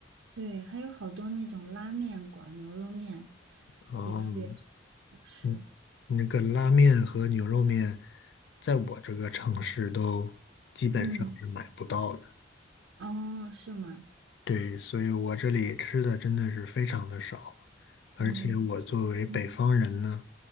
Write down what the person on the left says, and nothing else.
哦。
嗯，那个拉面和牛肉面，在我这个城市都基本上是买不到的。
对，所以我这里吃的真的是非常的少，而且我作为北方人呢，